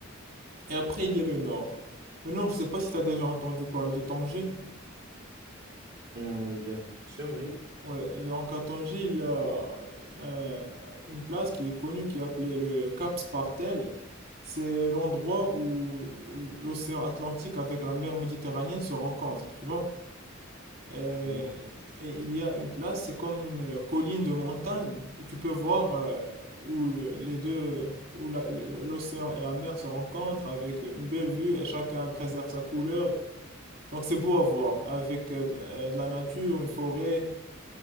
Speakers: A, on the right; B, on the right.
A: Et après, il y a le nord. Le nord, je sais pas si tu as déjà entendu parler de Tanger.
B: Hmm, bien sûr, oui.
A: Ouais, donc à Tanger, il y a euh, une place qui est connue qui est appelée le Cap Spartel. C'est l'endroit où où l'océan Atlantique avec la mer Méditerranée se rencontrent, tu vois. Et,
B: Hmm.
A: et il y a une place, c'est comme une colline de montagne où tu peux voir euh, où le- les deux, où la- le- le- l'océan et la mer se rencontrent avec une belle vue et chacun préserve sa couleur. Donc c'est beau à voir, avec euh, de euh, de la nature, une forêt.